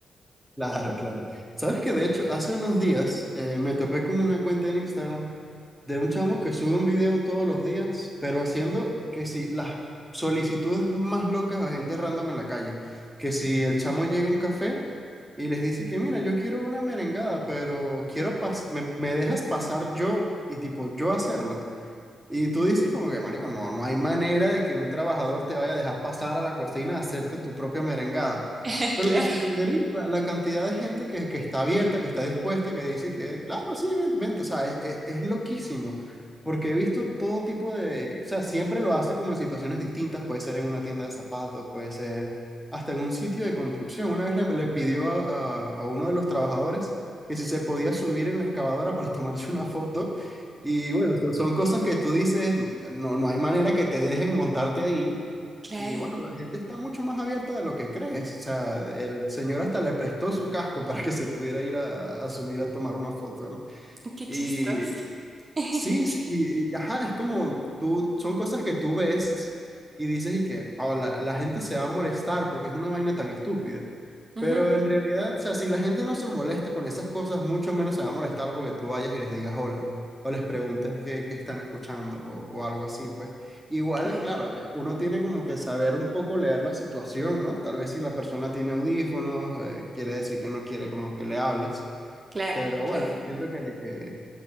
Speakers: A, in the centre; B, on the right.
A: Claro, claro. Sabes que de hecho, hace unos días eh, me topé con una cuenta en Instagram de un chamo que sube un video todos los días, pero haciendo que si las solicitudes más locas a gente random en la calle, que si el chamo llega a un café y les dice que mira, yo quiero una merengada, pero quiero pas me, me dejas pasar yo y tipo yo hacerla. Y tú dices como que, marico, no, no hay manera de que un trabajador te vaya a dejar pasar a la cocina a hacerte tu propia merengada.
B: <laughs>
A: Pero
B: Claro,
A: te sorprendería la, la cantidad de gente que, que está abierta, que está dispuesta, que dice que, claro, sí, ven- vente. O sea, es, es- es loquísimo, porque he visto todo tipo de, o sea, siempre lo hace como en situaciones distintas, puede ser en una tienda de zapatos, puede ser hasta en un sitio de construcción. Una vez le, le pidió a, a a uno de los trabajadores que si se podía subir en la excavadora para tomarse una foto. Y bueno, son, son cosas que tú dices, no, no hay manera que te dejen montarte ahí.
B: claro,
A: Y bueno, la gente está mucho más abierta de lo que crees. O sea, el señor hasta le prestó su casco <laughs> para que se pudiera ir a, a subir a tomar una foto, ¿no?
B: qué
A: Y
B: chistoso. <laughs>
A: Sí, sí, y, y, ajá, es como tú, son cosas que tú ves y dices y que "Oh, la, la gente se va a molestar porque es una vaina tan estúpida.
B: Ujú,
A: Pero en realidad, o sea, si la gente no se molesta con esas cosas, mucho menos se va a molestar porque tú vayas y les digas hola o les preguntes qué, qué están escuchando o, o algo así, pues. Igual,
B: Claro,
A: claro, uno tiene como que saber un poco leer la situación, ¿no? Tal vez si la persona tiene audífonos, eh, quiere decir que no quiere como que le hables.
B: claro,
A: Pero
B: claro.
A: bueno, siento que, que